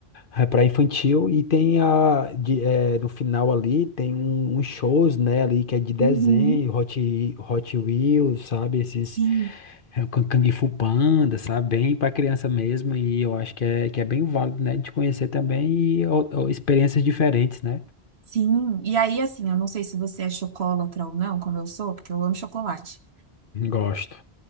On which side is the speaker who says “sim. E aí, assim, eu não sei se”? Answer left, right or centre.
Right